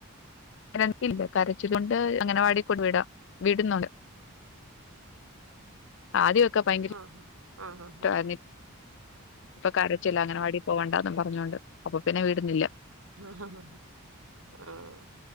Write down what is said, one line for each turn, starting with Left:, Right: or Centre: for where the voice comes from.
Left: രണ്ട് യില്ല. കരചിലൊണ്ട് അങ്ങനവാടി കൊണ്ട് വിടാം. വീട്ന്നോല്.. ആദ്യഒക്കെ ഭയങ്കര
Right: ആ ആ ആ ആ ആ
Left: ഇട്ടാര്ന്ന്. ഇപ്പൊ കരച്ചില. അങ്ങനവാടിപ്പോവണ്ടന്നും പറഞ്ഞോണ്ട്. അപ്പൊ പിന്നെ വീട്ന്നില്ല.
Right: ഹഹ ഹാ ആഹ്